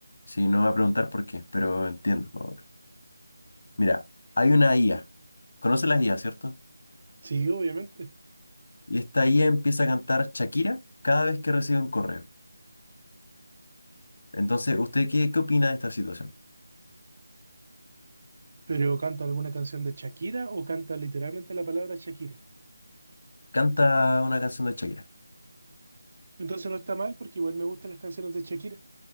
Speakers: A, on the left; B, on the right.
A: Sí, no va a preguntar por qué, pero entiendo. más Mira, hay una IA. ¿Conoce las IA, cierto?
B: Sí, obviamente.
A: Y esta IA empieza a cantar Shakira cada vez que recibe un correo. Entonces, ¿usted qué, qué opina de esta situación?
B: Pero canta alguna canción de Shakira o canta literalmente la palabra Shakira.
A: Canta una canción de Shakira.
B: Entonces no está mal porque igual me gustan las canciones de Shakira.